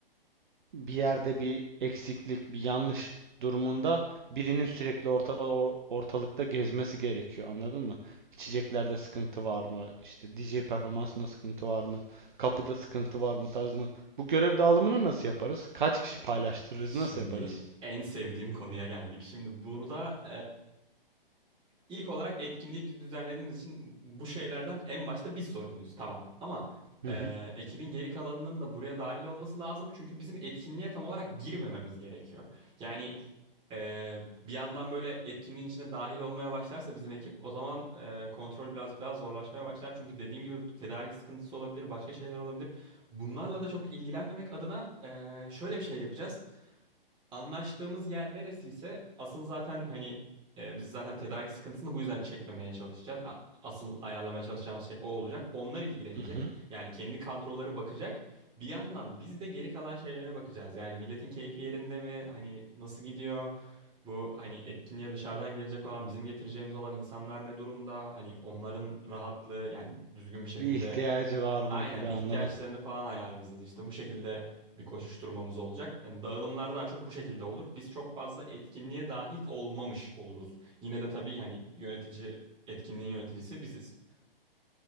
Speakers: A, on the right; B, on the right.
A: bir yerde bir eksiklik, bir yanlış durumunda birinin sürekli orta, or- ortalıkta gezmesi gerekiyor. Anladın mı? İçeceklerde sıkıntı var mı? İşte DJ performansında sıkıntı var mı? Kapıda sıkıntı var mı tarzında. Bu görev dağılımını nasıl yaparız? Kaç kişi
B: Evet,
A: paylaştırırız?
B: şimdi
A: Nasıl yaparız?
B: en sevdiğim konuya geldik. Şimdi burada İlk olarak etkinliği biz düzenlediğimiz için bu şeylerden en başta biz sorumluyuz. Tamam. Ama
A: Hı
B: e,
A: hı.
B: ekibin geri kalanının da buraya dahil olması lazım. Çünkü bizim etkinliğe tam olarak girmememiz gerekiyor. Yani e, bir yandan böyle etkinliğin içine dahil olmaya başlarsa bizim ekip o zaman e, kontrol birazcık daha zorlaşmaya başlar. Çünkü dediğin gibi tedarik sıkıntısı olabilir, başka şeyler olabilir. Bunlarla da çok ilgilenmemek adına e, şöyle bir şey yapacağız. Anlaştığımız yer neresiyse asıl zaten hani e, biz zaten tedarik sıkıntısını bu yüzden çekmemeye çalışacağız. A- Asıl ayarlamaya çalışacağımız şey o olacak. Onlar ilgilenecek.
A: Hı hı.
B: Yani kendi kadroları bakacak. Bir yandan biz de geri kalan şeylere bakacağız. Yani milletin keyfi yerinde mi? Hani nasıl gidiyor? Bu hani etkinliğe dışarıdan gelecek olan bizim getireceğimiz olan insanlar ne durumda? Hani onların rahatlığı yani düzgün bir şekilde
A: Bir ihtiyacı var mı
B: Aynen
A: gibi
B: ihtiyaçlarını
A: anladım.
B: falan ayarlayacağız işte bu şekilde bir koşuşturmamız olacak. Yani dağılımlar daha çok bu şekilde olur. Biz çok fazla etkinliğe dahil olmamış oluruz. Yine de tabii hani yönetici, etkinliğin yöneticisi biziz.